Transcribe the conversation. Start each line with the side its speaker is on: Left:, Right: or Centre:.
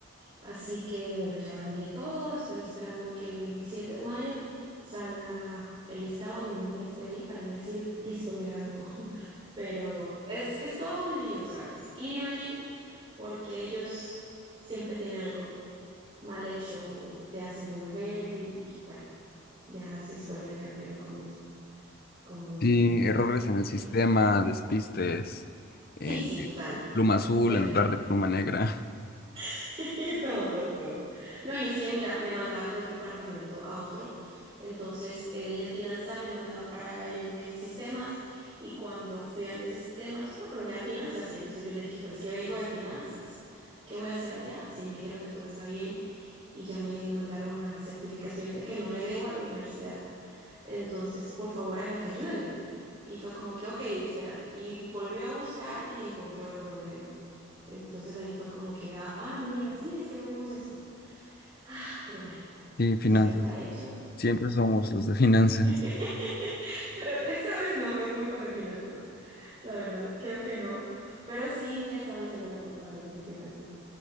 Right: Así que bueno, ya envié todo, estoy esperando que el 27 de mayo salga el listado y mi nombre esté ahí para yo decir, listo, me graduó. <laughs> Pero es, es todo un lío, ¿sabes? Ir y venir porque ellos siempre tienen algo mal hecho o te hacen devolver y, y, bueno, ya esa historia creo que la conozco como
Left: sí, errores en
Right: experiencia.
Left: el sistema, despistes,
Right: Sí,
Left: eh,
Right: sí, total.
Left: pluma azul
Right: Terrible.
Left: en lugar de pluma negra.
Right: <laughs> Todo, todo, todo. No, y es que, mira, me mandaban de un departamento a otro. Entonces, el de finanzas me mandaba para el de sistemas. Y cuando fui al de sistemas, no, pero ve a finanzas. Y entonces yo le dije, pero es que vengo de finanzas. ¿Qué voy a hacer allá? Si me dijeron que todo está bien y ya me mandaron la certificación de que no le debo a la universidad. Entonces, por favor, haga- ayúdeme. Y fue como que, ok, espérate. Y volvió a buscar y encontró el problema. Entonces ahí fue como que, ah, mira, sí, es que no vimos esto. Ah, pero bueno,
Left: Sí, finanzas.
Right: ya está hecho.
Left: Siempre somos los de finanzas.
Right: <laughs> Pero esta vez no fue culpa de finanzas, la verdad, creo que no. Pero sí le estaban echando la culpa a los de finanzas.